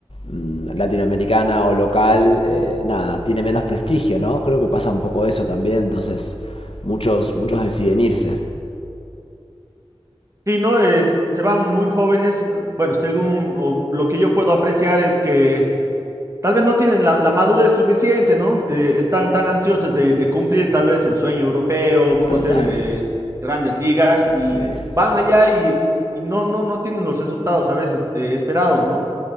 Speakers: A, on the left; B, on the right.
A: mm, latinoamericana o local, eh, nada, tiene menos prestigio, ¿no? Creo que pasa un poco eso también, entonces muchos, muchos deciden irse.
B: Sí, ¿no? Eh, se van muy jóvenes. n- Bueno, según o lo que yo puedo apreciar es que tal vez no tienen la, la madurez suficiente, ¿no? Eh, están tan ansiosos de, de cumplir tal vez el sueño europeo, conocer
A: Total,
B: eh, grandes ligas y
A: sí.
B: van allá y, y no, no, no tienen los resultados a veces eh, esperados, ¿no?